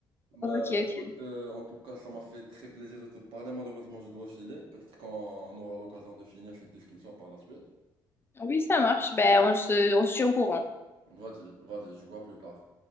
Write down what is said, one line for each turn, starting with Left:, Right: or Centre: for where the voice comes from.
Right: Bah,
Left: Ok, ok.
Right: écoute, euh, en tout cas, ça m'a fait très plaisir de te parler. Malheureusement, je dois filer. Peut-être qu'on aura l'occasion de finir cette discussion par la suite.
Left: Oui, ça marche. Ben, on se, on se tient au courant.
Right: Vas-y, vas-y, je crois plus tard.